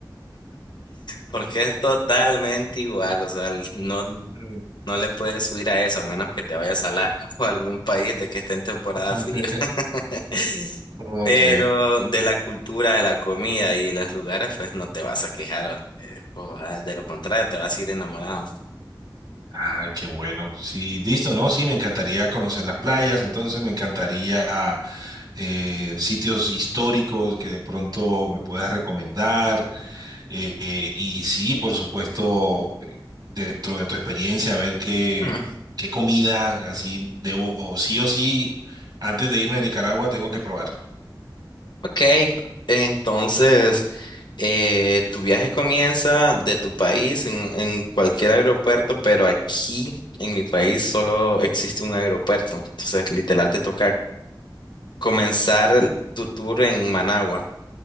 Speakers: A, on the left; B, on the right.
A: Porque es totalmente igual, o sea, el- no,
B: Mm.
A: no le puedes subir a eso, a menos que te vayas a Alaska <laughs> o a algún país de que esté en temporada
B: <laughs>
A: frío. <laughs>
B: Ok.
A: Pero de la cultura, de la comida y los lugares, pues no te vas a quejar, eh, o, ah, de lo contrario, te vas a ir enamorado.
B: Ah, qué bueno. Sí, listo, ¿no? Sí, me encantaría conocer las playas, entonces me encantaría eh, sitios históricos que de pronto me puedas recomendar. eh, eh, y sí, por supuesto, eh, dentro de tu experiencia, ver qué,
A: Ah.
B: qué comida así debo, sí o sí, antes de irme a Nicaragua, tengo que probar.
A: Ok, entonces eh, tu viaje comienza de tu país en, en cualquier aeropuerto, pero aquí en mi país solo existe un aeropuerto. Entonces, literal, te toca comenzar tu tour en Managua.